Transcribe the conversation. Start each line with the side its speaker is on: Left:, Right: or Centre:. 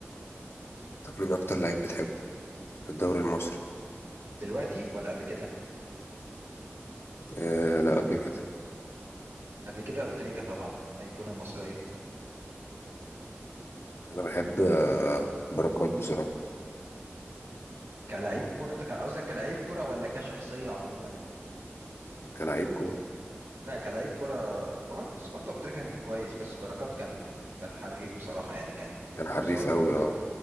Left: طب مين أكتر لعيب بتحبه في الدوري المصري؟
Right: دلوقتي ولا قبل كده
Left: آه لا قبل كده
Right: قبل كده ابو تريكه طبعا ايقونه مصريه
Left: أنا بحب آه بركات بصراحة
Right: كلاعب كوره انت كان قصدك كلاعب كوره ولا كشخصيه عموما
Left: كلاعب كورة
Right: لا كلاعب كرة وبر- بس برضه أبو تريكة كان كويس بس بركات كان كان حريف بصراحة يعني كان
Left: كان حريف
Right: مستواه في
Left: قوي
Right: الكرة
Left: اه